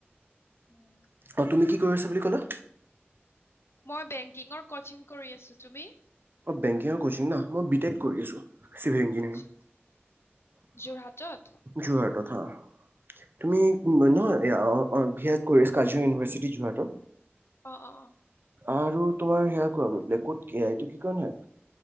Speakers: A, on the left (about 70°); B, on the right (about 55°).
A: উম।
B: অঁ তুমি কি কৰি আছা বুলি ক'লা
A: মই বেংকিঙৰ কচিং কৰি আছো তুমি
B: বেংকি আৰু কৰিচা ন মই বিতেক কৰি আছো চিভিল ইঞ্জিয়াৰিং
A: আচ্ছা
B: <unintelligible>
A: যোৰহাটত
B: যোৰহাটত হয়। তুমি নহয় বিত <unintelligible> ক কাজিৰঙা ইউনিভাৰ্চিটি যোৱাটো।
A: অ অ অ
B: আৰু তোমাৰ সেয়া কোৱা ব্লে ক'ত কি এইটো কি কাৰ হয়।